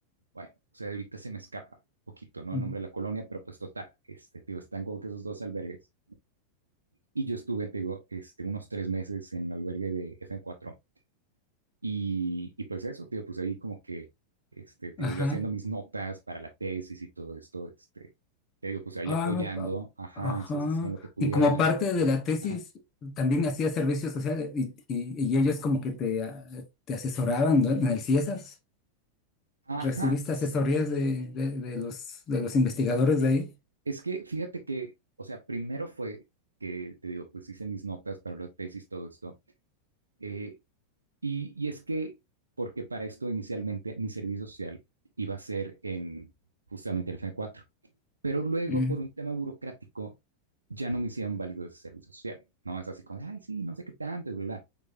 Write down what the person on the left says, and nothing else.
mm,
ajá,
ah,
pa-
ajá,
y como parte de la tesis
también hacía servicio social y, y, y ellos como que te, ah, te asesoraban, ¿no? En el CIESAS,
recibiste asesorías
de, de, de los, de los investigadores de ahí.
Mm,